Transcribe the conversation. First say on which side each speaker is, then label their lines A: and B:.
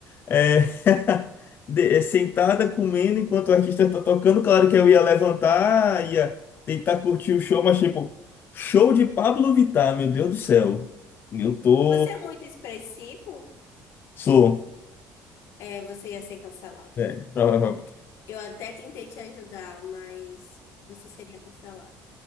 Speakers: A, on the left; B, on the left.
A: é, <laughs> de- é sentada comendo enquanto o artista tá tocando. Claro que eu ia levantar, ia tentar curtir o show, mas tipo, show de Pablo Vittar, meu Deus do céu. Eu tô.
B: Você é muito expressivo,
A: Sou.
B: é, você ia ser cancelado.
A: É, provavelmente.
B: Eu até tentei te ajudar, mas você seria cancelado.